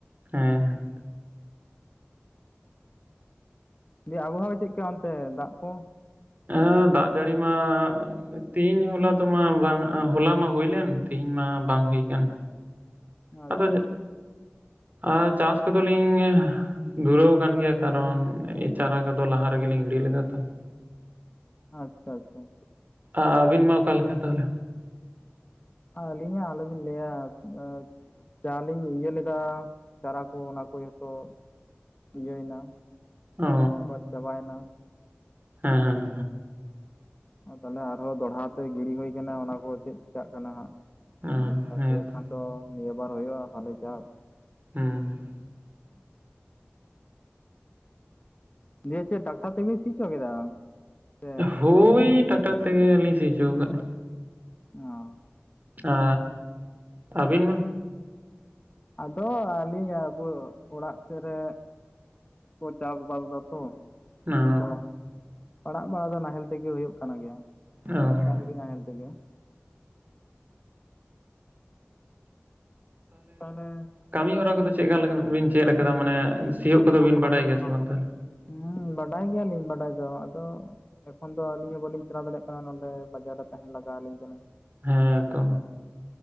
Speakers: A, on the right (about 45°); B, on the left (about 35°).
A: ᱦᱮᱸ
B: ᱫᱤᱭᱮ ᱟᱵᱚᱦᱟᱣᱟ ᱪᱮᱫᱠᱟ ᱚᱱᱛᱮ ᱫᱟᱜ ᱠᱚ?
A: ᱦᱮᱸ ᱫᱟᱜ ᱡᱟᱹᱲᱤ ᱢᱟ, ᱛᱮᱦᱮᱧ ᱦᱚᱞᱟ ᱫᱚᱢᱟ ᱵᱟᱝ, ᱦᱚᱞᱟ ᱢᱟ ᱦᱩᱭᱞᱮᱱ, ᱛᱦᱮᱧ ᱢᱟ ᱵᱟᱝ ᱦᱩᱭ ᱠᱟᱱ᱾
B: ᱟᱪᱪᱷᱟ
A: ᱟᱫᱚ, ᱟᱨ ᱪᱟᱥ ᱠᱚᱫᱚᱞᱤᱧ, ᱫᱷᱩᱨᱟᱹᱣ ᱠᱟᱱ ᱜᱮᱭᱟ, ᱠᱟᱨᱚᱱ ᱪᱟᱨᱟ ᱠᱚᱫᱚ ᱞᱟᱦᱟ ᱨᱮᱜᱮ ᱞᱤᱧ ᱜᱤᱲᱤ ᱞᱮᱫᱟ ᱛᱚ ᱾
B: ᱟᱪᱪᱷᱟ ᱟᱪᱪᱷᱟ ᱟᱪᱪᱷᱟ ᱾
A: ᱟᱵᱤᱱ ᱢᱟ ᱚᱠᱟᱞᱮᱠᱟ ᱛᱟᱦᱚᱞᱮ?
B: ᱟᱹᱞᱤᱧᱟ-ᱜ ᱟᱞᱚ ᱵᱤᱱ ᱞᱟᱹᱭᱟ <unintelligible> ᱪᱟ ᱞᱤᱧ ᱤᱭᱟᱹ ᱞᱮᱫᱟ, ᱪᱟᱨᱟ ᱠᱚ ᱚᱱᱟ ᱠᱚ ᱡᱚᱛᱚ ᱤᱭᱟᱹᱭᱱᱟ
A: ᱚ
B: ᱜᱚᱡ ᱪᱟᱵᱟᱭᱱᱟ ᱾
A: ᱦᱮᱸ <unintelligible>
B: ᱚ ᱛᱟᱦᱚᱞᱮ ᱟᱨᱦᱚᱸ ᱫᱚᱦᱚᱲᱟ ᱛᱮ ᱜᱤᱲᱤ ᱦᱩᱭ ᱠᱟᱱᱟ ᱾ ᱚᱱᱟ ᱠᱚ ᱪᱮᱫ ᱪᱤᱠᱟᱹᱜ ᱠᱟᱱᱟ ᱦᱟᱸᱜ?
A: ᱦᱮᱸ
B: ᱴᱷᱤᱠᱴᱷᱟᱠ
A: ᱦᱮᱸᱛᱚ
B: ᱦᱩᱭᱩᱜ ᱠᱷᱟᱱ ᱫᱚ ᱱᱤᱭᱟᱹ ᱵᱟᱨ ᱦᱩᱭᱩᱜ-ᱟ ᱦᱟᱞᱮ ᱪᱟᱥ
A: ᱦᱩᱸ
B: ᱫᱤᱭᱮ ᱪᱮᱫ ᱴᱟᱠᱴᱟᱨ ᱛᱮᱵᱤᱱ ᱥᱤᱪᱚ ᱠᱮᱫᱟ? ᱥᱮ
A: ᱦᱳᱭ ᱴᱟᱠᱴᱟᱨ ᱛᱮᱜᱮ ᱞᱤᱧ ᱥᱤ ᱦᱚᱪᱚ ᱠᱟᱫ
B: ᱚ
A: ᱟ ᱟᱹᱵᱤᱱ ᱢᱟ
B: ᱟᱫᱚ ᱟᱹᱞᱤᱧᱟᱜ ᱚᱲᱟᱜ ᱥᱮᱫ ᱨᱮ ᱠᱚ ᱪᱟᱥᱵᱟᱥ‌ ᱫᱟᱛᱚ
A: ᱚ
B: ᱮᱠᱷᱚᱱ ᱫᱚ ᱯᱟᱲᱟᱜ ᱵᱟᱲᱟ ᱫᱚ ᱱᱟᱦᱮᱞ ᱛᱮᱜᱮ ᱦᱩᱭᱩᱜ ᱠᱟᱱᱟ ᱜᱮᱭᱟ
A: ᱚ
B: ᱰᱟᱝᱨᱤ ᱱᱟᱦᱮᱞ ᱛᱮᱜᱮ ᱛᱟᱦᱚᱞᱮ
A: ᱠᱟᱹᱢᱤ ᱦᱚᱨᱟ ᱠᱚᱫᱚ ᱪᱮᱫᱠᱟ ᱞᱮᱠᱟ ᱵᱤᱱ ᱪᱮᱫ ᱟᱠᱟᱫᱟ ᱢᱟᱱᱮ ᱥᱤᱭᱳᱜ ᱠᱚᱫᱚ
B: <inaudible>
A: ᱵᱤᱱ ᱵᱟᱰᱟᱭ ᱜᱮᱭᱟ ᱥᱮ ᱵᱟᱝ ᱛᱟᱦᱚᱞᱮ?
B: ᱦᱩᱸ ᱵᱟᱰᱟᱭ ᱜᱮᱭᱟᱞᱤᱧ ᱵᱟᱰᱟᱭ ᱫᱚ ᱟᱫᱚ ᱮᱠᱷᱚᱱ ᱫᱚ ᱟᱹᱞᱤᱧ ᱦᱚᱸ ᱵᱟᱹᱞᱤᱧ ᱪᱟᱞᱟᱣ ᱫᱟᱲᱮᱭᱟᱜ ᱠᱟᱱᱟ ᱛᱨᱟ ᱱᱚᱰᱮ ᱵᱟᱡᱟᱨ ᱨᱮ ᱛᱟᱦᱮᱱ ᱞᱟᱜᱟᱣᱟᱞᱤᱧ ᱠᱟᱱᱟ
A: ᱦᱮᱸ ᱛᱚ